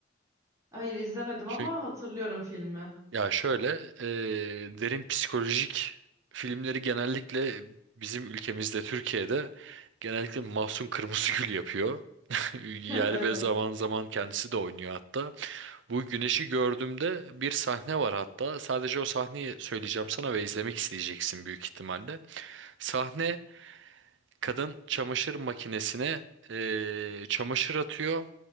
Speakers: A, on the right; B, on the right.
A: Hayır izlemedim
B: Çünkü
A: ama hatırlıyorum filmi. <laughs>
B: ya şöyle e, derin psikolojik filmleri genellikle bizim ülkemizde Türkiye'de genellikle Mahsun Kırmızıgül yapıyor. <laughs> Yer
A: Evet.
B: ve zaman zaman kendisi de oynuyor hatta. Bu güneşi gördüğümde bir sahne var hatta. Sadece o sahneyi söyleyeceğim sana ve izlemek isteyeceksin büyük ihtimalle. Sahne kadın çamaşır makinesine eee, çamaşır atıyor.